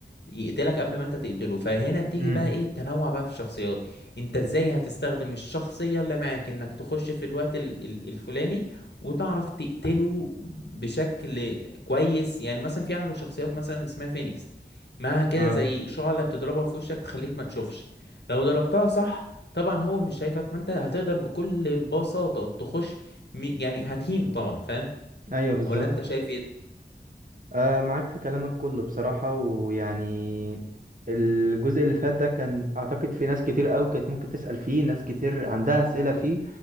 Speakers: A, on the left; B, on the right.
A: يقتلك قبل ما انت تقتله فهنا بتيجي
B: امم
A: بقى ايه تنوع بقى في الشخصيات انت ازاي هتستخدم الشخصية اللي معاك انك تخش في الوقت ال- ال- الفلاني وتعرف تقتله بشكل كويس يعني مثلا في احد الشخصيات مثلا اسمها فينيكس معاها كده
B: اه
A: زي شعلة بتضربها في وشك تخليك ما تشوفش لو ضربتها صح طبعا هو مش شايفك فانت هتقدر بكل بساطة تخش م- يعني هتهينه طبعا فاهم
B: ايوه بالظبط
A: ولا انت شايف ايه
B: آه معاك في كلامك كله بصراحة ويعني الجزء اللي فات ده كان أعتقد في ناس كتير أوي كانت ممكن تسأل فيه ناس كتير عندها أسئلة فيه